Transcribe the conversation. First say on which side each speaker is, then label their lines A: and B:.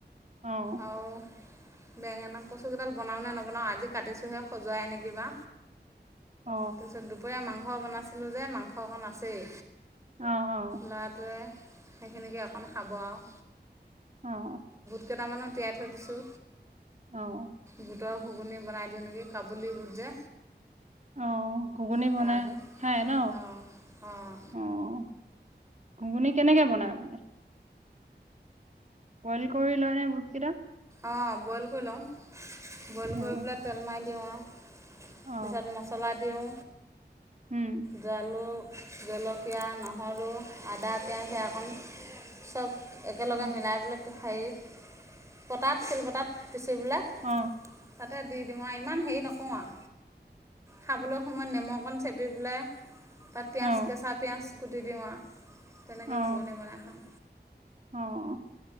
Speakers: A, on the right; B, on the right.
A: অ'।
B: আও বেঙেনা কচু কেইডাল বনাওঁ নে নবনাওঁ, আজি কাটিছোঁহে। সজোৱাই নেকিবা
A: অ',
B: তাৰপিছত দুপৰীয়া মাংস বনাইছিলো যে মাংস অকণ আছেই।
A: অ',
B: ল'ৰাটোৱে সেইখিনিকে অকণ খাব আও।
A: অ'।
B: কেইটামানত তিয়াই থৈ দিছো
A: অ',
B: গুত <unintelligible> ঘুগুনি বনাই দিওঁ নেকি। কাবুলি বুট যে
A: অ', ঘুগুনি
B: সেয়াকে
A: বনাই খায় ন।
B: অঁ অঁ
A: অ'। ঘুগুনি কেনেকে বনাই আপুনি? বইল কৰি লয়নে বুটকিটা?
B: অ', বইল কৰি লওঁ। বইল
A: উম
B: কৰি পেলাই তেল মাৰি দিওঁ আও।
A: অ
B: পিছত মছলা দিওঁ।
A: উম
B: জলু জলকীয়া, নহৰু, আদা, পিঁয়াজ সেই অকণ চব একেলগে
A: অ
B: মিলাই পেলাই হেৰিত, পটাত, শিলপতাত পিচি পেলাই
A: অ
B: তাতে দি দিওঁ আও, ইমান হেৰি নকো আও। খাবলৈ সময়ত নেমু অকণ চেপি পেলাই তাত পিয়ঁয়াজ,
A: অ
B: কেঁচা পিয়ঁয়াজ কুটি দিওঁ আৰু তেনেকৈ
A: অ
B: ঘুগুনি বনাই খাওঁ।
A: অ',